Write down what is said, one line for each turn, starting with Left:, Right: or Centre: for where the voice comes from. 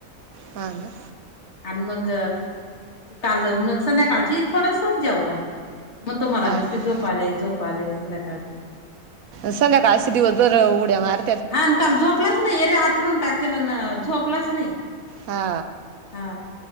Right: हा ना.
Left: आणि मग काल नग संध्या काळज थोडासच जेऊला. म्हणतो मला
Right: हा
Left: निस्ती झोप आली झोप आली संध्याकाळचे.
Right: संध्याकाळशी दिवस जर उड्या मार
Left: हा न काल झोपलाच नाही एरे आथरून टाकेल ना झोपलाच नाही.
Right: हा
Left: हा